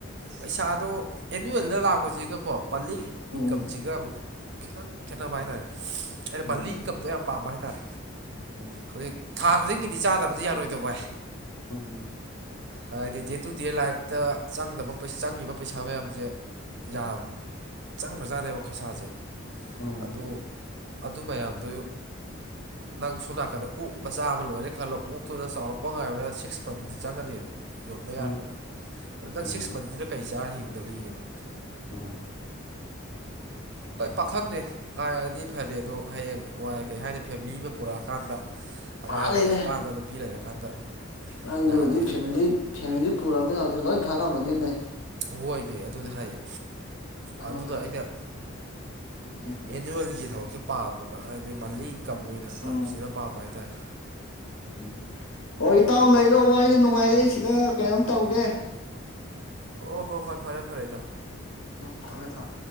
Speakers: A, on the right; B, on the left.
A: ꯄꯩꯁꯥꯗꯣ ꯑꯦꯅꯨꯋꯦꯜꯗ ꯂꯥꯛꯄꯁꯤꯒꯀꯣ ꯄꯂꯤ
B: ꯎꯝ
A: ꯏꯟꯀꯝꯁꯤꯒ ꯑꯃꯨꯛ ꯈꯤꯇꯪ ꯈꯦꯠꯅꯕ ꯍꯥꯏꯇꯥꯥꯔꯦ ꯑꯩꯅ
B: ꯎꯝ
A: ꯃꯟꯜꯂꯤ ꯏꯟꯀꯝꯗꯣ ꯌꯥꯝ ꯄꯥꯝꯕ ꯍꯥꯏꯇꯥꯔꯦ ꯍꯥꯏꯇꯥꯔꯦ
B: ꯎꯝ
A: ꯍꯧꯖꯤꯛ ꯊꯥ ꯈꯨꯗꯤꯡꯒꯤꯗꯤ ꯆꯥꯗꯕꯗꯤ ꯌꯥꯔꯣꯏꯗꯣ ꯚꯥꯏ
B: ꯎꯝ
A: ꯍꯥꯏꯗꯤ ꯗꯦ ꯇꯨ ꯗꯦ ꯂꯥꯏꯐꯇ ꯆꯪꯗꯕ ꯆꯪꯉꯤꯕ ꯄꯩꯁꯥ ꯃꯌꯥꯝꯁꯦ ꯌꯥꯝ ꯆꯪꯈ꯭ꯔꯖꯥꯠꯅꯦꯕ ꯈꯔꯁꯥꯁꯦ
B: ꯎꯝ
A: ꯑꯗꯨ ꯑꯗꯨ ꯃꯌꯥꯝꯗꯨ ꯅꯪ ꯁꯣꯝ ꯅꯥꯀꯟꯗ ꯑꯣꯛ ꯃꯆꯥ ꯑꯃ ꯂꯣꯏꯔꯦ ꯈꯜꯂꯣ ꯑꯣꯛꯇꯨꯅ ꯆꯥꯎꯔꯛꯄ ꯉꯥꯏꯕꯅ ꯁꯤꯛꯁ ꯃꯟ ꯆꯪꯒꯅꯦꯕ ꯌꯣꯟꯕ ꯌꯥꯔꯛꯄꯗ
B: ꯎꯝ
A: ꯑꯗ ꯅꯪ
B: ꯎꯝ
A: ꯁꯤꯛꯁ ꯃꯟꯁꯤꯅ ꯀꯔꯤ ꯆꯥꯔ ꯍꯤꯡꯗꯧꯔꯤꯒꯦꯕ
B: ꯎꯝ ꯎꯝ
A: ꯍꯣꯏ ꯄꯥꯈꯪꯅꯦ ꯉꯥꯏꯔꯗꯤ ꯐꯔꯦ ꯑꯗꯣ ꯍꯌꯦꯡ ꯋꯥꯏ ꯀꯩ ꯍꯥꯏꯅꯤ ꯐꯦꯃꯤꯂꯤ ꯑꯃ ꯄꯨꯔꯛꯑꯀꯥꯟꯗ ꯑꯉꯥꯡ
B: ꯃꯥꯅꯤꯅꯦ
A: ꯂꯩꯔꯛꯀꯥꯟꯗ ꯅꯨꯄꯤ ꯂꯩꯔꯀꯥꯟꯗ
B: ꯅꯪꯗꯨꯕꯨꯗꯤ
A: ꯌꯥꯗꯦ ꯍꯥꯏꯕ
B: ꯐꯦꯃꯤꯂꯤ ꯐꯦꯃꯤꯂꯤ ꯄꯨꯔꯃꯤꯅ ꯍꯧꯖꯤꯛ ꯂꯣꯏ ꯈꯪꯉꯝꯃꯅꯤꯅꯦ
A: ꯍꯣꯏ ꯏꯕ ꯑꯗꯨꯗꯤ ꯍꯥꯏꯌꯦ
B: ꯑꯗꯨꯅꯦ
A: ꯑꯗꯨꯗ ꯑꯩꯅ
B: ꯎꯝ
A: ꯑꯦꯅꯤꯨꯋꯦꯜꯒꯤ ꯊꯕꯛꯁꯦ ꯄꯥꯝꯗꯕ ꯍꯥꯏꯕꯗꯤ ꯃ ꯀꯝ ꯑꯣꯏꯅ ꯂꯥꯛꯞꯄꯁꯤꯅ
B: ꯎꯝ
A: ꯄꯥꯝꯕ ꯍꯥꯏꯇꯥꯔꯦ
B: ꯎꯝ ꯍꯣꯏ ꯏꯇꯥꯎ ꯂꯩꯔꯣ ꯋꯥꯔꯤꯁꯨ ꯅꯨꯡꯉꯥꯏꯔꯦ ꯁꯤꯗ ꯀꯩꯅꯣꯝ ꯇꯧꯒꯦ
A: ꯑꯣ ꯍꯣ ꯍꯣꯏ ꯐꯔꯦ ꯐꯔꯦꯗꯣ
B: ꯎꯝ ꯊꯃꯦ ꯊꯝ